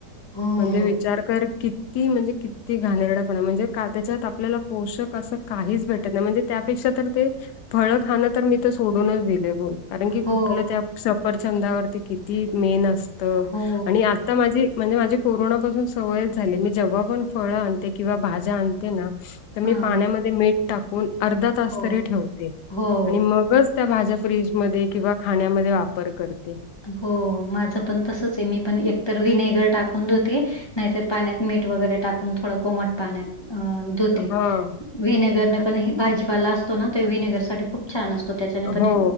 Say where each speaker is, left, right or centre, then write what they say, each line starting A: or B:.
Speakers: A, on the left; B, on the left.
A: हो,
B: म्हणजे विचार कर किती म्हणजे किती घाणेरडापणा म्हणजे का त्याच्यात आपल्याला पोषक असं काहीच भेटत नाई म्हणजे त्यापेक्षा तर ते फळं खाणं तर मी त सोडूनच दिले बोल कारण की
A: हो,
B: कुठलं त्या सफरचंदावरती किती मेन असतं
A: हो,
B: आणि आ ता माझी म्हणजे माझी कोरोनापासून सवय झाली मी जेव्हा पण फळं आणते किंवा भाज् आणते ना त मी
A: हां.
B: पाण्यामध्ये मीठ टाकून अर्धा तास
A: हो,
B: तरी ठेवते
A: हो,
B: आणि मगच त्या भाज्या फ्रीजमध्ये किंवा खाण्यामध्ये वापर करते.
A: हो माझं पण तसंच आहे मी पण एकतर विनेगर टाकून धुते नाहीतर पाण्यात मीठ वगैरे टाकून थोडं कोमट पाण्यात अ धुते.
B: हा
A: व्हिनेगर ने
B: कारण-
A: पण भाजीपाला असतो ना व्हिनेगर साठी खूप छान असतो त्याच्याने पण
B: हो